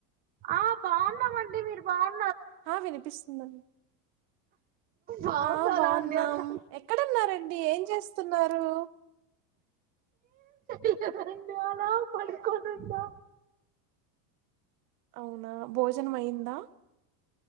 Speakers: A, on the right; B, on the right.
A: ఆ బాగున్నామండి మీరు బాన్
B: ఆ వినిపిస్తుందండి
A: బాగున్నారా
B: ఆ బాగున్నాం
A: అండి అన్న
B: ఎక్కడున్నారండి ఏం చేస్తున్నారు
A: ఇకా తనిమాల పడిికొంటందా
B: అవ్ నా భోజనము అయ్యిందా